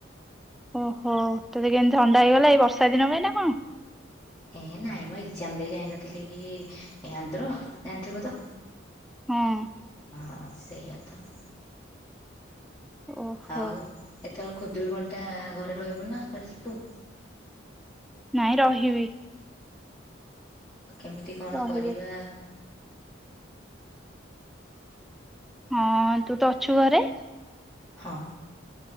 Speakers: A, in the centre; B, on the left.
A: ଓହୋ ତତେ କେମିତି ଥଣ୍ଡା ହେଇଗଲା ଏଇ ବର୍ଷା ଦିନ ପାଇଁ ନା କଣ?
B: ଏ ନାଇଁ ମୁଁ ଏକ୍ଜାମ ଦେଇ ଯାଇନଥିଲି କି ଆନ୍ଧ୍ର ଜାଣିଥିବୁ ତ।
A: ହଁ।
B: ହଁ ସେଇଆ ତ।
A: ଓହୋ
B: ଆଉ ଏଥର ଖୁଦରୁକୁଣି ଟା ଘରେ ରହିବୁ ନା କୁଆଡେ ଯିବୁ?
A: ନାଇଁ ରହିବି।
B: କେମିତି କଣ
A: ରହିବି
B: କରିବା?
A: ହଁ ତୁ ତ ଅଛୁ ଘରେ।
B: ହଁ।